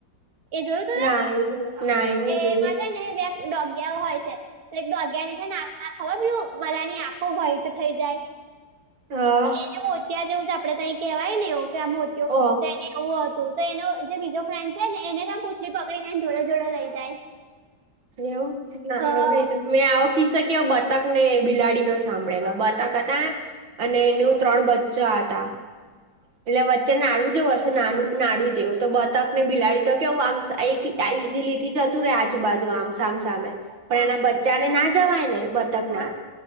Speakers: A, on the right (about 55°); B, on the right (about 80°).
A: એ જોયું તું
B: ના
A: તે
B: એ ના એ નહી
A: એમાં
B: જોયું
A: ડોગ્યા હોય છે તો એક ડોગ્યા ની છે ને આખ ના ખબર હે પેલું બધાની આંખો હોય થઈ જાય
B: હા હા
A: એને મોતિયા જેવું છે આપડે ત કેહેવાય ને એવુ કે
B: ઓહ
A: તેને એવું હતું તો એનો જે બીજો ફ્રેન્ડ છે ને એને ત પૂછડી પકડીને પકડી ને જોડે જોડે લઈ જાય
B: એવું ના
A: હા
B: એવું મેં આવો કીસેકે બતાક ને બિલાડી નો સાંભળેલા બતક હતા અને એનું ત્રણ બચ્ચા હતા એટલે વચ્ચે નાડું જેવું હશે નાનું નાલુ જેવું તો બતક ને બિલાડી તો કેવું આમ એક ત્યા ઈઝીલી થી જતું રે આજુબાજુ આમ સામ સામે પણ
A: હા
B: એના બચ્ચાને ના જવાય ને બતક
A: હા
B: ના